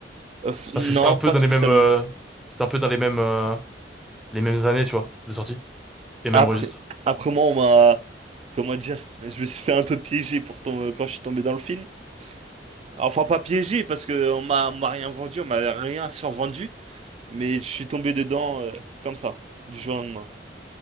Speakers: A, on the right; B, in the centre.
A: Euh, pff, non,
B: Parce que c'était un peu
A: pas
B: dans
A: spécialement.
B: les mêmes... euh, c'était un peu dans les mêmes, euh, les mêmes années, tu vois, de sortie. Les même
A: Après,
B: registre.
A: après moi, on m'a, comment dire, je me suis fait un peu piéger pour ton- euh, quand je suis tombé dans le film. Enfin, pas piégé parce que on m'a, on m'a rien vendu, on m'a rien survendu, mais je suis tombé dedans euh, comme ça, du jour au lendemain.